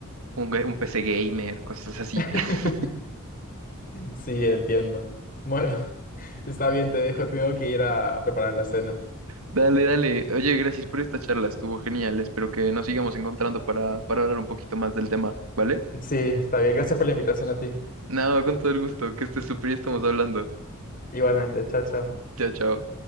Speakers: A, on the right (about 70°); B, on the left (about 40°).
A: un, ga- un PC gamer, cosas así.
B: <laughs>
A: <laughs>
B: Sí, entiendo. Bueno, <laughs> está bien, te dejo. Tengo que ir a preparar la cena.
A: Dale, dale. Oye, gracias por esta charla, estuvo genial. Espero que nos sigamos encontrando para, para hablar un poquito más del tema, ¿vale?
B: Sí, está bien. Gracias por la invitación a ti.
A: No, con todo el gusto, que estés súper y estamos hablando.
B: Igualmente, chao, chao.
A: Chao, chao.